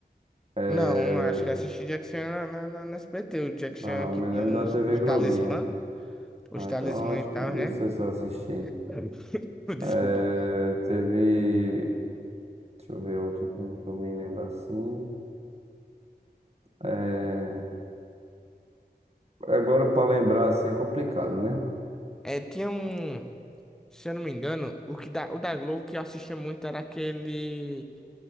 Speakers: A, on the right (about 40°); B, in the centre.
A: É...
B: Não, acho que assisti Jack Chan na, na, na, na SBT, o Jack Chan
A: Não,
B: que
A: me
B: tinha
A: lembro da
B: os,
A: TV
B: os
A: Globinha.
B: talismã, os
A: Ah,
B: talismã
A: então acho
B: e tal,
A: que não
B: né?
A: sei se eu assisti.
B: É. <laughs> Desculpa.
A: É, teve. Deixa eu ver outro filme que eu me lembro assim. É, agora, pra lembrar assim, é complicado, né?
B: É, tinha um. Se eu não me engano, o que da, o da Globo que eu assistia muito era aquele